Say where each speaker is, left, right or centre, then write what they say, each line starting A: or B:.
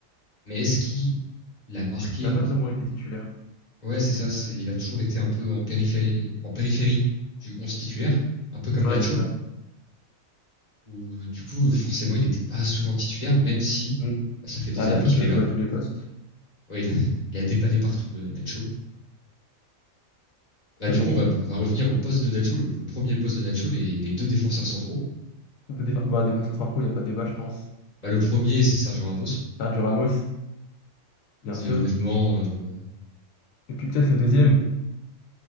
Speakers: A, on the left; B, on the left.
A: Mais est-ce qu'il a marqué
B: il n'a
A: en
B: pas vraiment été titulaire.
A: Ouais, c'est ça. C'est, il a toujours été un peu en périphérie, en périphérie du 11 titulaire, un peu comme Nacho,
B: Ouais, c'est ça.
A: où euh, du coup, forcément, il n'était pas souvent titulaire, même si
B: Mm.
A: bah, ça fait des
B: Bah,
A: années
B: Nacho
A: qu'il
B: qui
A: est
B: a
A: là.
B: joué à tous les postes.
A: Ouais, il a, <laughs> il a dépanné partout, euh, Nacho. Bah,
B: Mais
A: du
B: bon,
A: coup, on va, on va revenir au poste de Nacho, le, le premier poste de Nacho, les, les deux défenseurs centraux.
B: de défe- bah, défenseur centraux, il n'y a pas de débat, je pense.
A: Bah, le premier, c'est Sergio Ramos.
B: Sergio Ramos, bien
A: C'est
B: sûr.
A: honnêtement euh,
B: Et puis peut-être le deuxième.